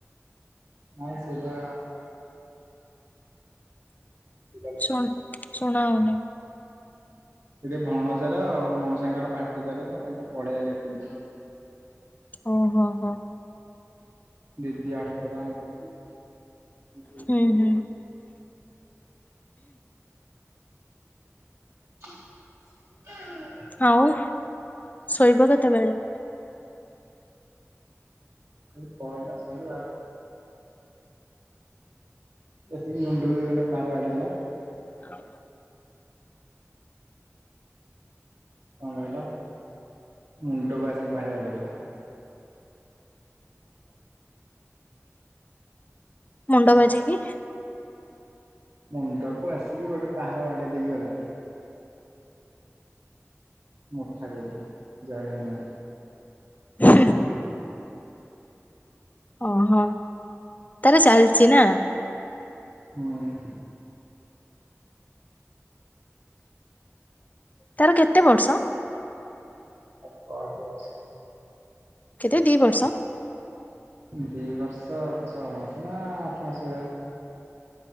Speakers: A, on the right; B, on the left.
A: ନାଇଁ ସେଇଟା <unintelligible>
B: ଶୁଣ ଶୁଣା ହଉନି?
A: ସେଠି ଭଣଜାର ମଉସାଙ୍କ ର ପାଟି କଲେ ତ ମୁଁ ଏ ପଳେଇ ଆଇଲି ଏପଟକୁ।
B: ଓ ହୋ ହଁ।
A: ଦିଦି ହଟସ୍ପଟ ଅନ୍ କରିଛି ଦିଦି
B: ହୁଁ ହୁଁ
A: <inaudible>
B: ଆଉ ଶୋଇବ କେତେବେଳେ?
A: ଖାଲି କଲ ଟା ସଇଲେ ଆଉ। ଏତିକି ମୁଣ୍ଡରେ ନା ଫାର ବାଡ଼େଇଦେଲା।
B: ଆଉ
A: କଣ କହିଲ? ମୁଣ୍ଡ ବାଜିକି ଭାଇ ବାଡ଼େଇଦେଲା।
B: ମୁଣ୍ଡ ବାଯିକି
A: ମୁଣ୍ଡକୁ ଆସିକି ଗୋଟେ ପାହାର ବାଡେଇ ଦେଇକି ଗଲାଣି। ମୁଠା କରିବି ଜୟ ହନୁମାନ
B: ହ ଓହୋ ତାର ଚାଲିଛି ନା।
A: ହୁଁ
B: ତାର କେତେ ବର୍ଷ?
A: ଏକୋଇଶି ବର୍ଷ।
B: କେତେ ଦି ବର୍ଷ?
A: ଦି ବର୍ଷ ଛଅ ମାସ ନା ଆଠ ମାସ ଭଳିଆ ହ